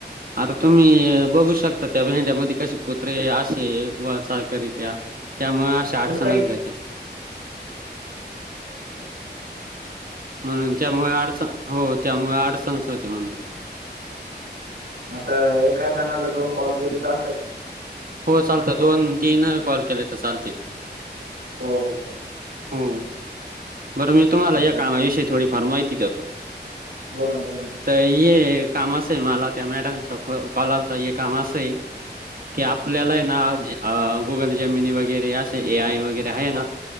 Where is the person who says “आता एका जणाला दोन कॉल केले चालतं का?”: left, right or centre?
Right